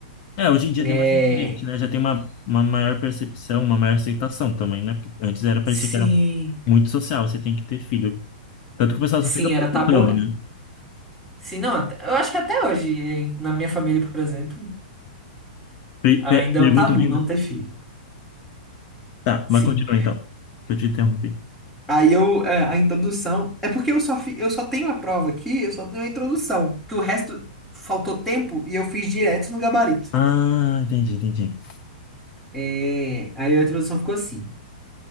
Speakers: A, on the left; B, in the centre.
A: É, hoje em dia
B: É.
A: tem bastante gente, né? Já tem uma, uma maior percepção, uma maior aceitação também, né? Porque antes era,
B: Sim.
A: parecia que era muito social, você tem que ter filho. Tanto que o pessoal
B: Sim,
A: só fica perguntando,
B: era tabu.
A: né?
B: Sim, não, até- eu acho que até hoje, em- na minha família, por exemplo,
A: Pe-
B: ainda
A: pe-
B: é
A: perguntam
B: um tabu
A: ainda?
B: não ter filho.
A: Tá,
B: Sim.
A: mas continua então, que eu te interrompi.
B: Aí eu, é, a introdução. É porque eu só, fi- eu só tenho a prova aqui, eu só tenho a introdução. Porque o resto faltou tempo e eu fiz direto no gabarito.
A: Ah, entendi, entendi.
B: É, aí a introdução ficou assim.